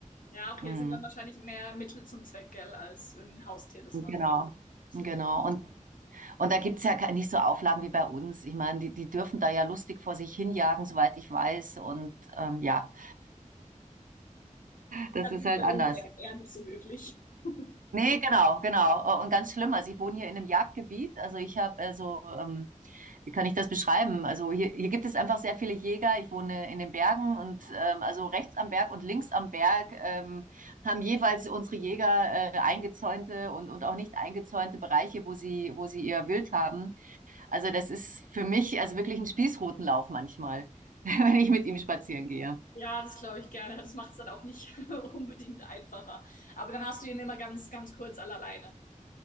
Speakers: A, on the left; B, on the right.
A: Ja, okay,
B: Mhm.
A: es sind dann wahrscheinlich mehr Mittel zum Zweck, gell, als ein Haustier, das
B: Genau.
A: man das
B: Genau,
A: lieber hat.
B: und, und da gibt's ja ke- nicht so Auflagen wie bei uns. Ich meine, die, die dürfen da ja lustig vor sich hinjagen, soweit ich weiß. Und ähm, ja, Das
A: Ja, das
B: ist
A: ist
B: halt
A: bei
B: anders.
A: uns eher, eher nicht so möglich. <laughs>
B: Nee, genau, genau. Äh, Und ganz schlimm. Also ich wohne hier in einem Jagdgebiet. Also ich habe äh, so, ähm, wie kann ich das beschreiben? Also hier, hier gibt es einfach sehr viele Jäger. Ich wohne in den Bergen und ähm, also rechts am Berg und links am Berg ähm, haben jeweils unsere Jäger äh, eingezäunte und, und auch nicht eingezäunte Bereiche, wo sie, wo sie ihr Wild haben. Also das ist für mich also wirklich ein Spießrutenlauf manchmal, <laughs> wenn ich mit ihm spazieren gehe.
A: Ja, das glaube ich gerne. Das macht es dann auch nicht <laughs> unbedingt einfacher. Aber dann hast du ihn immer ganz, ganz kurz alle alleine.